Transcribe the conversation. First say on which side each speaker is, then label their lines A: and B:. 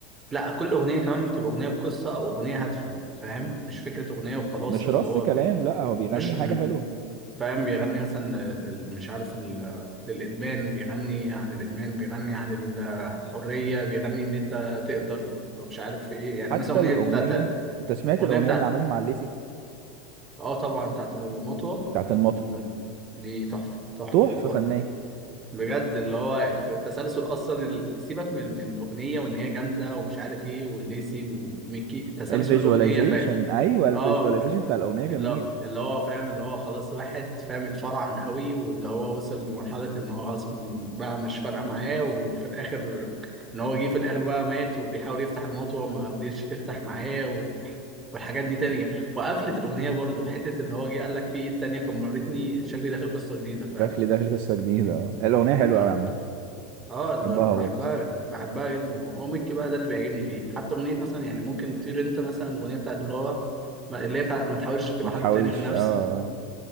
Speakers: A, on the right (about 20°); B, on the right (about 50°).
A: لا كل اغنيه كمان بتبقى اغنيه بقصه او اغنيه هادفه فاهم مش فكره اغنيه وخلاص
B: مش
A: اللي
B: رص
A: هو
B: كلام
A: بي...
B: لا هو بيغني
A: مش م...
B: حاجة حلوة
A: فاهم بيغني مثلا لل... مش عارف ال... للادمان بيغني عن الادمان بيغني عن ال- الحريه بيغني ان انت تقدر أو مش عارف ايه يعني
B: حتى
A: مثلا اغنيه
B: الأغنية
A: بتاعت
B: أنت سمعت
A: اغنيه
B: الأغنية
A: بتاعت
B: اللي عملها مع الليسي
A: اه طبعا بتاعت المطوة
B: بتاعت المطو
A: مم. دي تحفة تحفة
B: تحفة
A: والله
B: فنية
A: بجد اللي هو في التسلسل اصلا ال- سيبك من من الاغنية وان هي جامدة ومش عارف ايه والليسي وميكي تسلسل
B: الفيجواليزيشن
A: الاغنية فاهم
B: أيوة الفيجواليزيشن
A: اه
B: بتاع الأغنية جميل
A: اللي اللي هو فاهم اللي هو خلاص واحد فاهم اتفرعن قوي واللي هو وصل لمرحلة ان هو خلاص بقى مش فارقة معاه وفي الاخر ان هو جه في الاخر بقى مات وبيحاول يفتح الموت وما رضيتش تفتح معاه و... والحاجات دي تانية وقفلت الأغنية برضو حتة اللي هو جه قال لك في إيد تانية كمرتني شكلي داخل قصة جديدة فاهم
B: شكلي داخل قصة جديدة اه الأغنية حلوة
A: فا
B: أوي عامة
A: اه اللي
B: بحبها
A: أنا بحبها
B: برضه
A: بحبها جدا وهو ميكي بقى ده اللي بيعجبني فيه حتى أغنية مثلا يعني ممكن تطير أنت مثلا الأغنية بتاعت اللي هو اللي هي بتاعت ما تحاولش تبقى
B: ما تحاولش
A: حد تاني غير نفسك
B: اه آه.